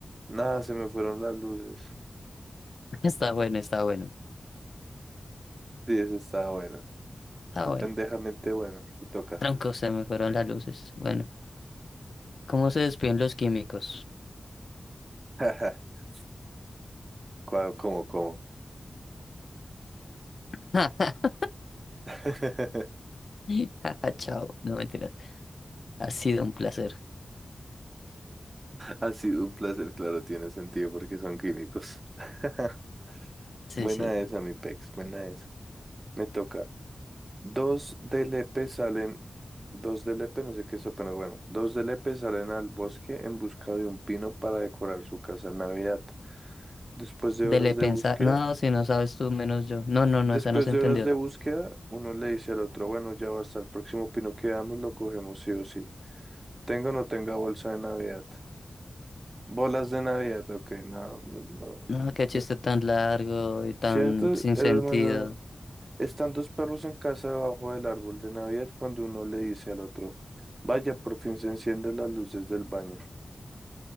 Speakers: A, on the right; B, on the left.
A: Nada, se me fueron las luces.
B: <laughs> Está bueno, está bueno.
A: Sí, ese está bueno.
B: Está
A: Está
B: bueno.
A: pendejamente bueno. Te toca.
B: Tronco, se me fueron las luces. Bueno, ¿cómo se despiden los químicos?
A: <laughs> ¿Cuál- ¿Cómo, cómo?
B: <laughs>
A: <laughs>
B: Jaja, Chao. No mentiras. Ha sido un placer.
A: Ha sido un placer, claro, tiene sentido porque son químicos. <laughs>
B: Sí,
A: Buena
B: sí.
A: esa, mi pex, buena esa. Me toca. Dos de Lepe salen, dos de Lepe, no sé qué es eso, pero bueno, dos de Lepe salen al bosque en busca de un pino para decorar su casa en Navidad. Después de
B: Dele
A: horas
B: pensar.
A: de búsqueda,
B: No, si no sabes tú, menos yo. No, no,
A: después
B: no, esa no se
A: de
B: entendió.
A: horas de búsqueda, uno le dice al otro, bueno, ya hasta el próximo pino que veamos, lo cogemos sí o sí. Tenga o no tenga bolsa de Navidad. Bolas de Navidad, ok, no, no, no.
B: No,
A: <laughs>
B: qué chiste tan largo y tan
A: ¿Cierto?
B: sin
A: Es
B: sentido.
A: más largo. Están dos perros en casa debajo del árbol de Navidad cuando uno le dice al otro, vaya, por fin se encienden las luces del baño.